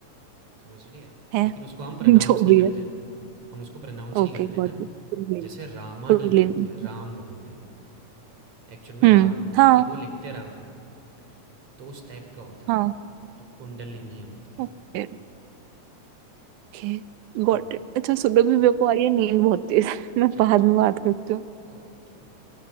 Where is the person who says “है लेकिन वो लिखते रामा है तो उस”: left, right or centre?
Right